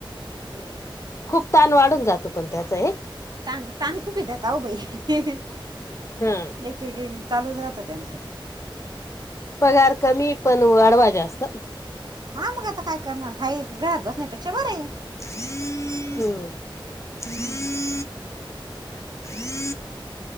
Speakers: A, on the right; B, on the left.
A: बरंय मग.
B: खूप ताण वाढून जातो पण त्याचा एक.
A: तान तान खूप हे <unintelligible> ओ बाई.
B: हा.
A: एक एक एक एक चालूच राहतं त्यांचं.
B: पगार कमी पण वाढवा जास्त.
A: हा मग आता काय करणार, हाय घरात बसण्यापेक्षा बरंय.
B: <inaudible> हम <unintelligible>
A: हम्म
B: <inaudible>